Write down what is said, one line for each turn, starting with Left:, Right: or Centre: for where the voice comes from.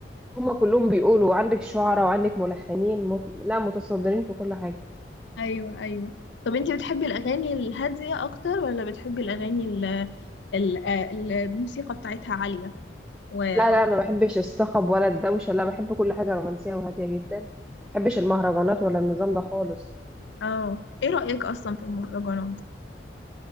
Centre: هما كلهم بيقولوا عندك شعراء وعندك ملحنين مت... لا متصدرين في كل حاجة
Left: ايوه ايوه طب انتي بتحبي الأغاني الهادية أكتر ولا بتحبي الأغاني ال- ال- آه، الموسيقى بتاعتها عالية و-
Centre: لا لا ما بحبش الصخب ولا الدوشة لا بحب كل حاجة رومانسية وهادية جدا ما بحبش المهرجانات ولا النظام ده خالص
Left: اه ايه رأيك اصلا في المهرجانات دي